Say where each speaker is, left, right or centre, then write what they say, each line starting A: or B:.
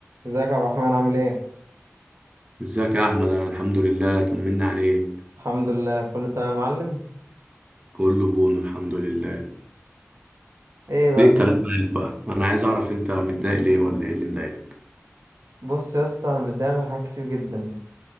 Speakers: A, on the right; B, on the right.
A: ازيك يا عبد الرحمن عامل ايه؟
B: ازيك يا احمد انا الحمد لله طمنا عليك
A: الحمد لله كله تمام يا معلم
B: كله بون الحمد لله
A: ايه بقى
B: ليه الكلام معاك بقى انا عايز اعرف انت متضايق ليه ولا ايه اللي مضايقك
A: بص يا اسطى انا متضايق من حاجات كتير جدا